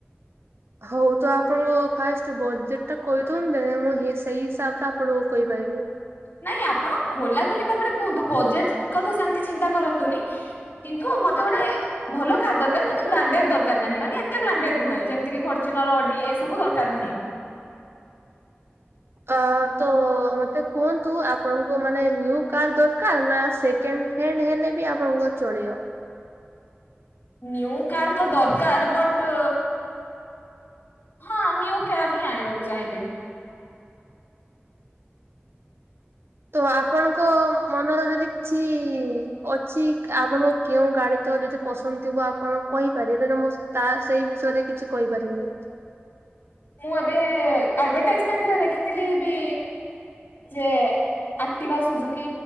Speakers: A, on the right; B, on the left.
A: ହଉ ତ ଆପଣଙ୍କ ଫାଷ୍ଟ ବଜେଟ୍ ଟା କହିଦିଅନ୍ତେ ମୁଁ ସେଇ ହିସାବ ରେ ଆପଣଙ୍କୁ କହିପାରିବି।
B: ନାଇଁ ଆପଣ ଖୋଲା ଖୋଲି ଭାବରେ କୁହନ୍ତୁ ବଜେଟ୍ କଥା ସେମିତି ଚିନ୍ତା କରନ୍ତୁନି କିନ୍ତୁ ମତେ ଗୋଟେ ଭଲ କାର୍ ଦରକାର କିନ୍ତୁ ବ୍ରାଣ୍ଡେଡ ଦରକାର ନାହିଁ ମାନେ ଏତେ ବ୍ରାଣ୍ଡେଡ ନୁହେଁ ଯେମିତିକ ଫର୍ଚୁନର, ଅଡି ଏସବୁ ଦରକାର ନାହିଁ।
A: ଅ ତ ମତେ କୁହନ୍ତୁ ଆପଣଙ୍କୁ ମାନେ ନିଉ କାର୍ ଦରକାର ନା ସେ ସେକେଣ୍ଡ ହ୍ୟାଣ୍ଡ ହେଲେ ବି ଆପଣଙ୍କ ଚଳିବ।
B: ନିଉ କାର୍ ତ ଦରକାର ବଟ୍ ହଁ ନିଉ କାର ହିଁ ଆଣିବାକୁ ଚାହିଁବି।
A: ତ ଆପଣଙ୍କ ମନର ଯଦି କିଛି ଅଛି ଆପ କେଉଁ ଗାଡି ତ ଯଦି ପସନ୍ଦ ଥିବ ଆପଣ କହିପାରିବେ ତେ ମୁଁ ତା ସେଇ ବିଷୟରେ କିଛି କହିପାରିବିନି।
B: ମୁଁ ଏବେ ଆଡଭାଟାଇଜମେଣ୍ଟ ଦେଖିଥିଲି ବି ଯେ ଆକ୍ଟିବା ସୁଝୁ କି